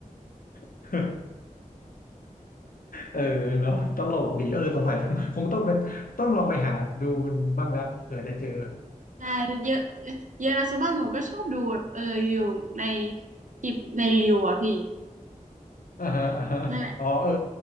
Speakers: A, on the left; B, on the right.
A: <laughs> เออเนาะตลกดีเออสงสัยคงต้องเป็นต้องลองไปหาดูบ้างแล้วเผื่อจะเจอ
B: ใช่เยอะเยอะนะส่วนมากหนูก็ชอบดูแบบเอออยู่ในคลิปในรีวอะพี่
A: อ่าฮะอ่าฮะอ๋อเออ
B: นั่นแหละ